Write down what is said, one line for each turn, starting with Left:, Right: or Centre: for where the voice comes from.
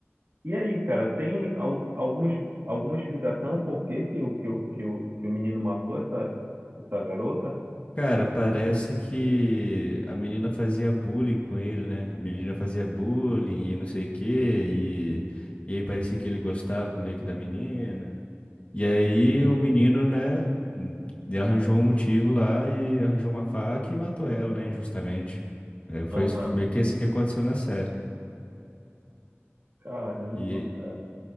Right: E aí, cara, tem al- alguma, ex- alguma explicação por que que o, que o, que o, que o menino matou essa, essa garota?
Left: Cara, parece que a menina fazia bullying com ele, né? A menina fazia bullying e não sei o quê, e, e aí parecia que ele gostava meio que da menina. E aí o menino, né, hum, arranjou um motivo lá e arranjou uma faca e matou ela, né, injustamente. É, foi
Right: Aham.
Left: isso- foi meio que assim que aconteceu na série.
Right: Caramba,
Left: E,
Right: cara.